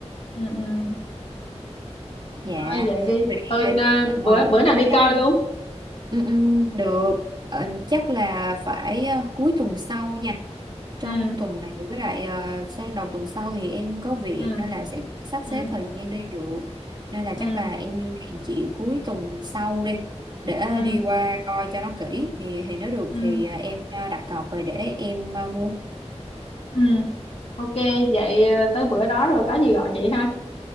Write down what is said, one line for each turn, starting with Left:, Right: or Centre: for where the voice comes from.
Left: ừ, ừ.
Right: dạ
Left: thôi vậy đi
Right: vậy
Left: ừ,
Right: ờ,
Left: nà- bữa
Right: ờ,
Left: bữa nào đi
Right: hay
Left: coi
Right: là
Left: luôn
Right: Ừ, ừ, được Ờ, chắc là phải ờ, cuối tuần sau nha trong
Left: ừ,
Right: tuần này với lại ờ, sang đầu tuần sau thì em có việc
Left: ừ,
Right: nên là sẽ sắp
Left: ừ,
Right: xếp thời gian đi được nên là
Left: ừ,
Right: chắc là em hẹn chị cuối tuần sau đi để ờ,
Left: ừ,
Right: đi qua coi cho nó kỹ thì thì nếu được
Left: ừ,
Right: thì ờ, em ờ, đặt cọc rồi để em ờ, mua
Left: ừ. ok vậy ờ, tới bữa đó rồi có gì gọi chị ha